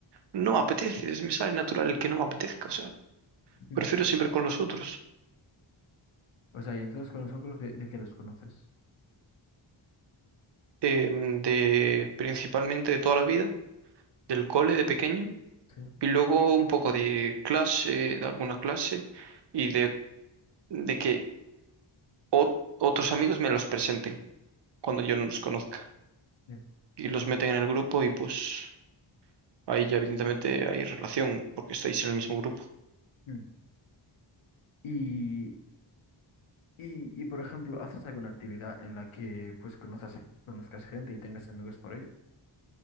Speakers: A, on the right; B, on the left.
A: no me apetece, es- me sale natural el que no me apetezca, o sea,
B: <clears throat> Ujú.
A: prefiero siempre con los otros,
B: O sea, y entonces con nosotros, ¿de, de qué los conoces?
A: eh, de principalmente de toda la vida, del cole de pequeño
B: Sí.
A: y luego un poco de clase, de alguna clase y de, de que ot- otros amigos me los presenten cuando yo no los conozca
B: Bien.
A: y los meten en el grupo y pues ahí ya evidentemente hay relación porque estáis en el mismo grupo.
B: Mm. Y Y, y, por ejemplo, ¿haces alguna actividad en la que pues conozcas, conozcas gente y tengas amigos por ello?